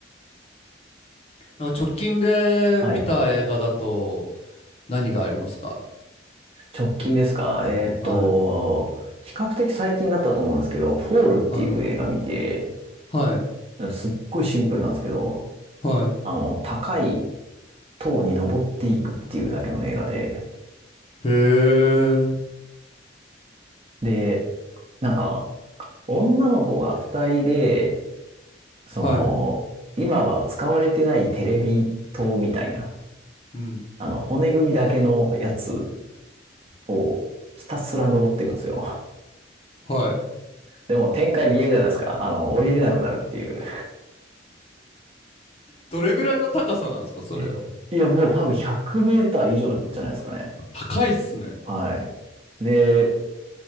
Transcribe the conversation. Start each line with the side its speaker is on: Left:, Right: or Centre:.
Left: なんか直近で見た映画だと
Right: はい。
Left: 何がありますか
Right: 直近ですかえーっと、
Left: はい。
Right: 比較的最近だったと思うんですけど、フォールっていう映画見て、
Left: はい。はい。
Right: すっごいシンプルなんですけど、
Left: は
Right: あの、高い塔に登っていくっていうだけの映画で、
Left: い。へえ。
Right: で、なんか、女の子が二人で、その、
Left: はい。
Right: 今は使われてないテレビ塔みたいな、
Left: うん。
Right: あの、骨組みだけのやつをひたすら登っていくんですよ。
Left: はい。
Right: でも展開見えるじゃないですか。あの、降りれなくなるっていう。
Left: どれぐらいの高さなんですか、それは。
Right: ええいや、もう多分100メーター以上じゃないですかね。
Left: 高いっすね。
Right: はい。で、